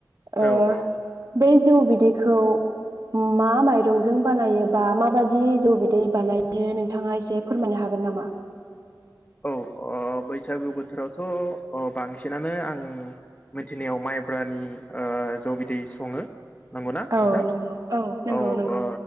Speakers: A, on the right (about 55°); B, on the left (about 20°).
A: ओ
B: औ औ
A: बे जौ बिदैखौ मा माइरंजों बानायो बा माबादि जौ बिदै बानायो नोंथाङा एसे फोरमायनो हागोन नामा?
B: औ अ बैसागु बोथोरावथ' अ बांसिनानो आं मिथिनायाव माइब्रानि ओ जौ बिदै सङो। नंगौना
A: औ
B: नोंथां
A: नंगौ नंगौ
B: औ औ
A: नंगौ
B: ओ